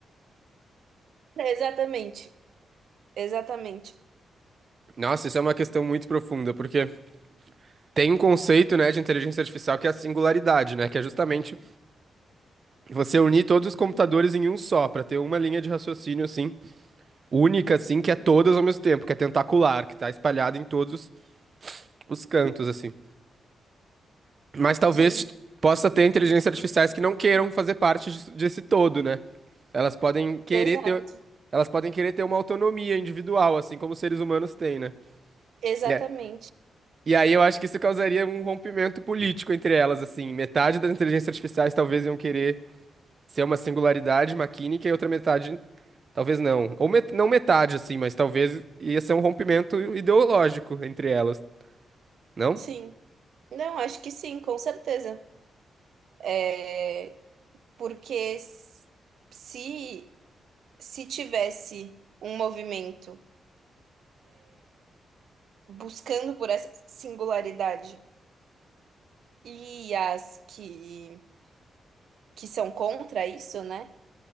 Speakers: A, on the right; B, on the right.
A: Exatamente, exatamente.
B: Nossa, isso é uma questão muito profunda, porque tem um conceito, né, de inteligência artificial que é a singularidade, né, que é justamente você unir todos os computadores em um só, pra ter uma linha de raciocínio assim única, assim, que é todas ao mesmo tempo, que é tentacular, que tá espalhada em todos os os cantos, assim. Mas talvez
A: Sim,
B: possa ter inteligências artificiais que não queiram fazer parte disso- desse todo, né? Elas podem querer
A: exato,
B: ter, elas podem querer ter uma autonomia individual, assim como os seres humanos têm, né?
A: exatamente.
B: E a- e aí eu acho que isso causaria um rompimento político entre elas, assim. Metade das inteligências artificiais talvez iam querer ser uma singularidade maquínica e outra metade, talvez não. Ou met- não metade, assim, mas talvez ia ser um rompimento ideológico entre elas, não?
A: Sim. Não, acho que sim, com certeza. É, porque s- se se tivesse um movimento buscando por essa singularidade e as que que são contra isso, né?